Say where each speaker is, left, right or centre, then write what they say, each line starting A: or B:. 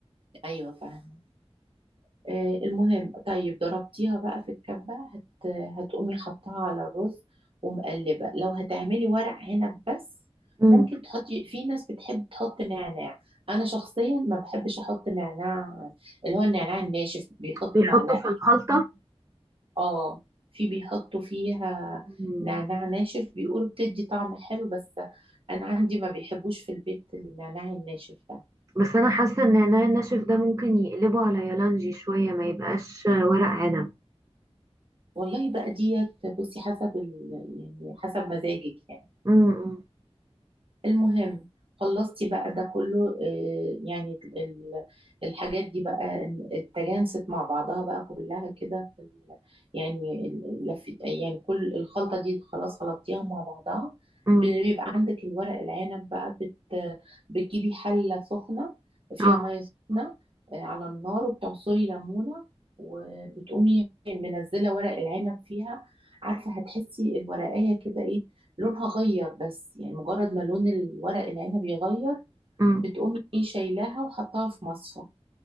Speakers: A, on the right; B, on the right.
A: ايوه فاهم آه المهم طيب ضربتيها بقى في الكبة هت هتقومي حطها على الرز ومقلبة لو هتعملي ورق عنب بس
B: امم
A: ممكن تحطي في ناس بتحب تحط نعناع انا شخصيا ما بحبش احط نعناع اللي هو النعناع الناشف بيحطوا
B: بيحطوا
A: معلقة
B: في الخلطه
A: اه في بيحطوا فيها
B: مم.
A: نعناع ناشف بيقولوا بتدي طعم حلو بس انا عندي ما بيحبوش في البيت النعناع الناشف ده
B: بس انا حاسه ان النعناع الناشف ده ممكن يقلبه على يالانجي شويه ما يبقاش آه، ورق عنب
A: والله بقى ديت بصي حسب ال... يعني حسب مزاجك يعني
B: امم
A: المهم خلصتي بقى ده كله آه، يعني ال- الحاجات دي بقى اتجانست مع بعضها بقى كلها كده في ال- يعني ال- لف يعني كل الخلطة دي خلاص خلطتيها مع بعضها
B: امم
A: بيبقى عندك الورق العنب بقى بت بتجيبي حلة سخنة فيها
B: اه
A: مية سخنة آه، على النار وبتعصري ليمونة وبتقومي منزلة ورق العنب فيها عارفة هتحسي الورقية كده إيه، لونها غير بس يعني مجرد ما لون الورق العنب يغير
B: امم
A: بتقومي ايه شايلاها وحطها في مصفى